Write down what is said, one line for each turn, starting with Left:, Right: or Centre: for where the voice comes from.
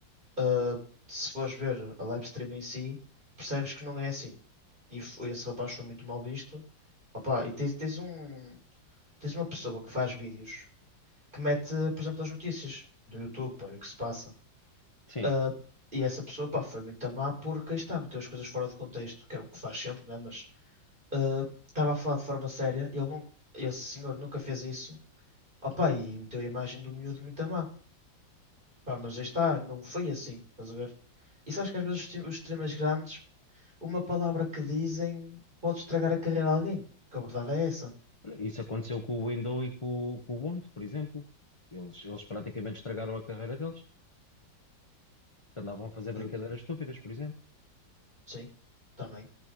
Right: Ah, se fores ver a live stream em si, percebes que não é assim. E foi- esse rapaz foi muito mal visto. Opa, e tens, tens um, tens uma pessoa que faz vídeos que mete, por exemplo, as notícias do YouTube, pá, e o que se passa.
Left: Sim,
Right: Ah, e essa pessoa, pá, foi muito má porque aí está, meteu as coisas fora de contexto, que é o que faz sempre, né? Mas ah, estava a falar de forma séria, ele não, esse senhor nunca fez isso, opá, e meteu a imagem do miúdo muito má. Pá, mas aí está, não foi assim, estás a ver? E sabes que às vezes os, stream- os streamers grandes, uma palavra que dizem pode estragar a carreira de alguém, que a verdade é essa.
Left: isso aconteceu com o Windows e com, o com o Bond, por exemplo. Eles, eles praticamente estragaram a carreira deles, porque andavam a fazer brincadeiras
Right: Eh,
Left: estúpidas, por exemplo.
Right: Sim, também.